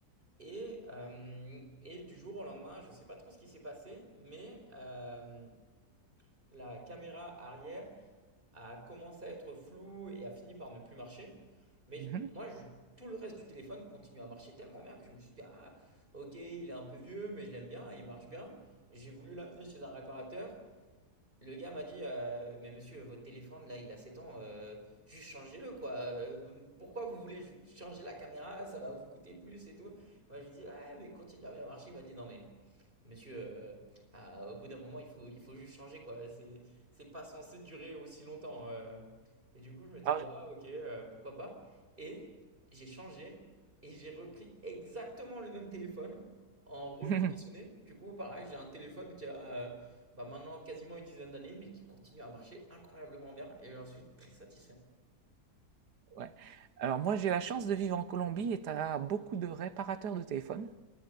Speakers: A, on the right; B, on the right.
A: Et, euh, et du jour au lendemain, je ne sais pas trop ce qui s'est passé, mais euh, la caméra arrière a commencé à être flou et a fini par ne plus marcher. Mais
B: Mhm.
A: je- moi, je- tout le reste du téléphone continue à marcher tellement bien que je me suis dit, ah, ok, il est un peu vieux, mais je l'aime bien, il marche bien. J'ai voulu l'amener chez un réparateur. Le gars m'a dit, euh, mais monsieur, votre téléphone, là, il a 7 ans, euh, juste changez-le, quoi. Euh, pourquoi vous voulez ju- changer la caméra? Ça va vous coûter plus et tout. Moi, je lui dis, ouais, mais continue à bien marcher. Il m'a dit, non, mais monsieur, euh, ah, au bout d'un moment, il faut, il faut juste changer, quoi. C'est, c'est pas censé durer aussi longtemps. euh. Et du coup, je m'étais
B: Alors,
A: dit, ah, ok, euh, pourquoi pas. Et j'ai changé et j'ai repris exactement le même téléphone en reconditionné.
B: je- <laughs>
A: Du coup, pareil, j'ai un téléphone qui a. euh, bah, maintenant quasiment une dizaine d'années, mais qui continue à marcher incroyablement bien et j'en suis très satisfait.
B: ouais. Alors, moi, j'ai la chance de vivre en Colombie et tu as beaucoup de réparateurs de téléphones.